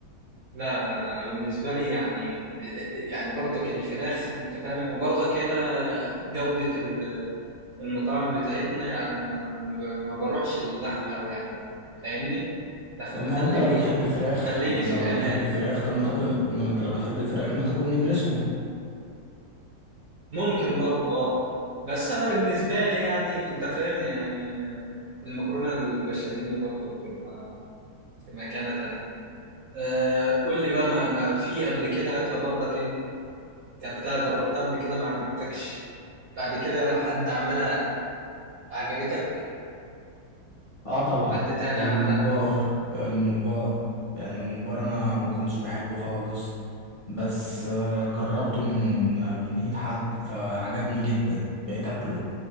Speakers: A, on the right; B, on the left.
A: لا لا لا انا بالنسبه لي يعني يعني برضك الفراخ انت فاهم وبرضك هنا جوده ال- المطاعم بتاعتنا يعني ما, ما ما بروحش اللحمه قوي يعني فاهمني بخ-
B: طب
A: بخليني
B: ما انت لو بتحب الفراخ
A: خليني
B: ما انت
A: في الامان
B: لو بتحب الفراخ طب ما تاكل ما انت لو بتحب الفراخ ما تاكل نجرسكو
A: ممكن برضه اه بس انا بالنسبه لي يعني انت فاهم يعني آه، المكرونه البشاميل برضه بتبقى في مكانه تانية آه، قول لي بقى ما, ما في قبل كده اكله برضك كلتها جربتها قبل كده ما عجبتكش بعد كده حد عملها عجبتك
B: اه طبعا
A: حد تاني
B: الممبار
A: عملها
B: الممبار يعني الممبار انا ما كنتش بحبه خالص بس آه، جربته من آه، من ايد حد فعجبني جدا بقيت اكله